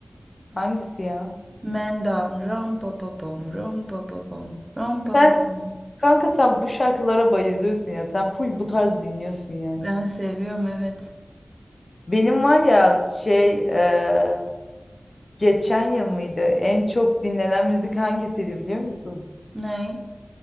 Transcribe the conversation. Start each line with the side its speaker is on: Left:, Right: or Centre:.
Left: Hangisi ya?
Right: Man Down ram pa pa pam ram pa pa pam ram pa
Left: Sen
Right: pa pam.
Left: Kanka sen bu şarkılara bayılıyorsun ya. Sen full bu tarz dinliyorsun yani.
Right: Ben seviyorum evet.
Left: Benim var ya şey eee, geçen yıl mıydı? En çok dinlenen müzik hangisiydi biliyor musun?
Right: Ney?